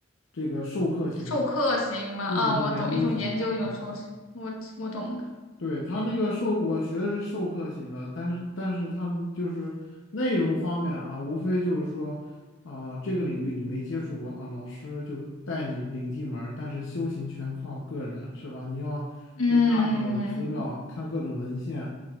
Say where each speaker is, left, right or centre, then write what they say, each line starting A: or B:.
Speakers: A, on the left (about 65°); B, on the left (about 80°).
A: 这个授课型的，
B: 授课型吗？
A: 一种是研究型的，
B: 啊，我懂，一种研究，一种硕士，
A: 是吧？
B: 我我懂的。
A: 对，他那个授，我学的是授课型的，但是但是他就是内容方面啊，无非就是说啊、这个领域你没接触过啊，老师就带你领进门儿但是修行全靠个人，是吧？你要读大量的资料，
B: 嗯，
A: 看各种文献，